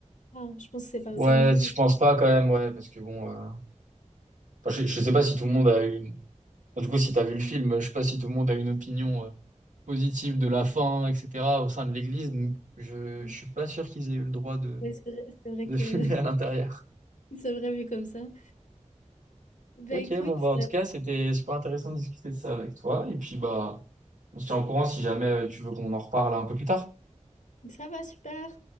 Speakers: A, on the left (about 80°); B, on the right (about 80°).
A: Ah, je pense que c'est pas
B: Ouais,
A: autorisé.
B: je pense pas quand même, ouais, parce que bon, euh, enfin, je, je sais pas si tout le monde a une. enfin, du coup, si t'as vu le film, je sais pas si tout le monde a une opinion euh, positive de la fin, etc., au sein de l'Église. donc Je,
A: Oui,
B: je suis pas sûr qu'ils aient eu le droit de,
A: c'est vrai, c'est vrai
B: de
A: que
B: <laughs> filmer à l'intérieur.
A: <laughs> c'est vrai vu comme ça. Bah
B: Ok,
A: écoute,
B: bon, bah, en
A: euh,
B: tout cas, c'était super intéressant de discuter de ça avec toi. Et puis, bah. On se tient au courant si jamais euh, tu veux qu'on en reparle un peu plus tard.
A: ça va super.